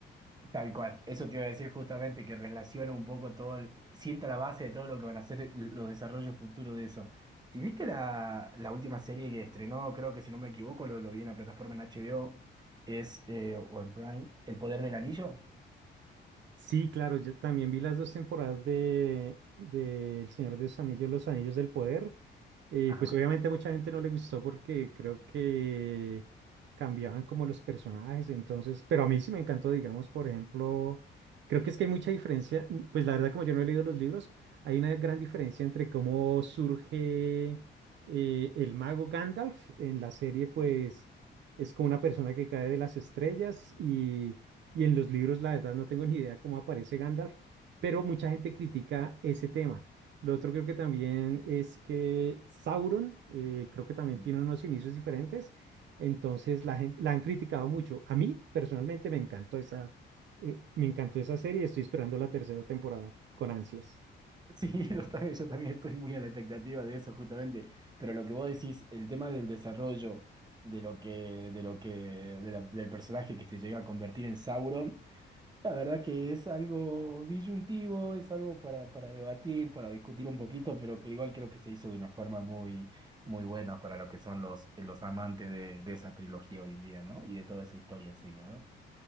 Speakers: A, on the right; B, on the right.
A: Tal cual, eso te iba a decir justamente que relaciona un poco todo, el- sienta la base de todo lo que van a ser los desarrollos futuros de eso. ¿Y viste la, la última serie que estrenó? Creo que si no me equivoco, lo, lo vi en la plataforma en HBO, es eh, o en Prime, El Poder del Anillo.
B: Sí, claro, yo también vi las dos temporadas de, de El Señor de los Anillos, Los Anillos del Poder. Eh,
A: Ajá.
B: pues obviamente a mucha gente no le gustó porque creo que cambiaban como los personajes, entonces, pero a mí sí me encantó, digamos, por ejemplo, creo que es que hay mucha diferencia, n- pues la verdad como yo no he leído los libros, hay una gran diferencia entre cómo surge eh, el mago Gandalf en la serie, pues
A: Sí,
B: es como una persona que cae de las estrellas y en los libros, la verdad, no tengo ni idea cómo aparece Gandalf, pero mucha gente critica ese tema. Lo otro creo que también es que Sauron, eh, creo que también
A: sí.
B: tiene unos inicios diferentes, entonces la gente, la han criticado mucho. A mí, personalmente, me encantó esa, eh, me encantó esa serie, estoy esperando la tercera temporada con ansias.
A: Sí, <laughs> yo también, yo también estoy muy a la expectativa de eso justamente, pero lo que vos decís, el tema del desarrollo de lo que, de lo que, de la- del personaje que se llega a convertir en Sauron. La verdad que es algo disyuntivo, es algo para, para debatir, para discutir un poquito, pero que igual creo que se hizo de una forma muy, muy buena para lo que son los, los amantes de, de esa trilogía hoy en día, ¿no? Y de toda esa historia en sí, ¿no?